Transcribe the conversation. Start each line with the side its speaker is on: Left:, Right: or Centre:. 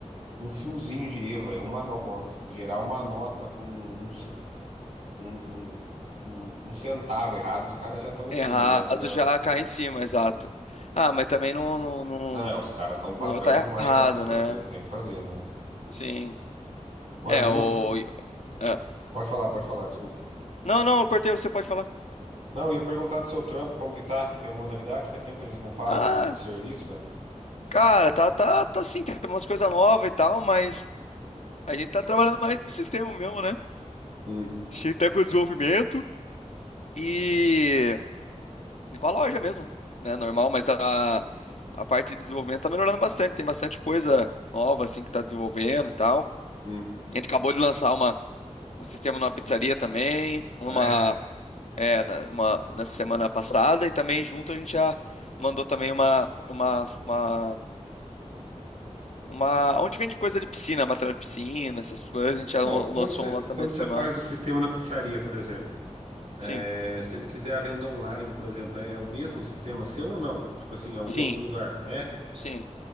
Right: um fiozinho de erro. É uma, no- ó, gerar uma nota com um, ce- um, um, um um centavo errado, os caras já estão em
Left: Errado
Right: cima, já, entendeu?
Left: já cai em cima, exato. Ah, mas também não, não, não,
Right: Não, é, os caras são o padrão
Left: não tá
Right: mais
Left: errado,
Right: alto do Brasil,
Left: né?
Right: não tem o que fazer, né?
Left: Sim.
Right: Mano,
Left: É,
Right: e
Left: o.
Right: nos...
Left: é.
Right: Pode falar, pode falar, desculpa.
Left: Não, não, eu cortei, você pode falar.
Right: Não, eu ia perguntar do seu trampo, como que tá? Tem alguma novidade? Faz tempo que a gente não fala
Left: Ah,
Right: de, de serviço, cara.
Left: cara, tá, tá, tá sim, tem umas coisas novas e tal, mas a gente tá trabalhando mais no sistema mesmo, né?
Right: Hum,
Left: A gente tá com o desenvolvimento e. com a loja mesmo, né? Normal, mas a, a parte de desenvolvimento tá melhorando bastante, tem bastante coisa nova, assim, que tá desenvolvendo e tal.
Right: hum.
Left: A gente acabou de lançar uma. um sistema numa pizzaria também, uma,
Right: Ah, é?
Left: é, na, uma na semana passada, e também junto a gente já mandou também uma, uma, uma, uma- onde vende coisa de piscina, material de piscina, essas coisas, a gente já
Right: Pô,
Left: lan-
Right: quando
Left: lançou
Right: você,
Left: um lá também
Right: quando
Left: essa
Right: você
Left: semana.
Right: faz o sistema da pizzaria, por exemplo, é,
Left: Sim,
Right: se ele quiser a venda online, por exemplo, é, é o mesmo sistema seu ou não? Tipo assim, em algum
Left: sim,
Right: outro lugar? É?
Left: sim,